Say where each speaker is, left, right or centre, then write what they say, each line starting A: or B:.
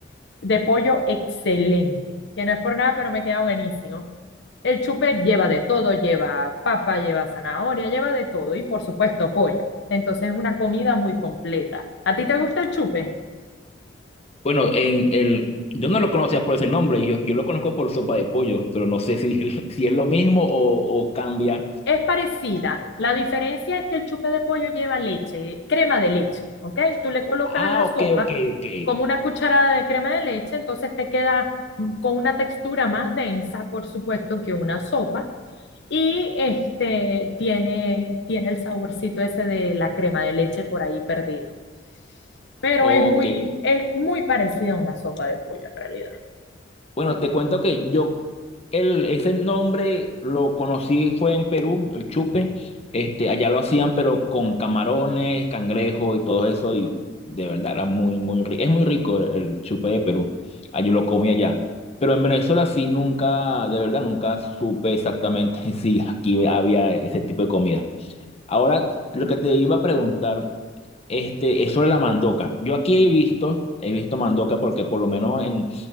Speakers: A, on the left; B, on the left.
A: de pollo excelente, que no es por nada, pero me queda buenísimo. El chupe lleva de todo, lleva papa, lleva zanahoria, lleva de todo y por supuesto pollo. Entonces es una comida muy completa. ¿A ti te gusta el chupe?
B: Bueno, en el, yo no lo conocía por ese nombre, yo, yo lo conozco por sopa de pollo, pero no sé si, <laughs> si es lo mismo o, o cambia.
A: Es parecida. La diferencia es que el chupe de pollo lleva leche, crema de leche, ¿ok? Tú le colocas
B: Ah,
A: a la sopa
B: ok, ok, ok.
A: como una cucharada de crema de leche, entonces te queda mm, con una textura más densa, por supuesto, que una sopa. Y este tiene, tiene el saborcito ese de la crema de leche por ahí perdido. Pero
B: Ok,
A: es muy, es muy parecida a una sopa de pollo en realidad.
B: Bueno, te cuento que yo, el, ese nombre lo conocí, fue en Perú, el chupe. Este, allá lo hacían, pero con camarones, cangrejo y todo eso. Y de verdad era muy, muy rico. Es muy rico el, el chupe de Perú. Ah, Yo lo comí allá. Pero en Venezuela sí nunca, de verdad, nunca supe exactamente <laughs> si aquí había ese tipo de comida. Ahora, lo que te iba a preguntar este, es sobre la mandoca. Yo aquí he visto, he visto mandoca porque por lo menos en,